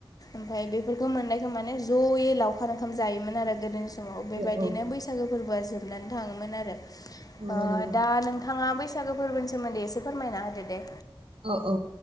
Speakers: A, on the left; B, on the right.
A: ओमफाय बेफोरखौ मोननायखौ माने ज'यै लावखार ओंखाम जायोमोन आरो गोदोनि समाव बेबायदिनो
B: औ
A: बैसागो फोरबोआ जोबनानै थाङोमोन आर
B: नंगौ
A: ओ
B: नंगौ
A: दा नोंथाङा बैसागो फोरबोनि सोमोन्दै एसे फोरमायना होदो दे।
B: औ औ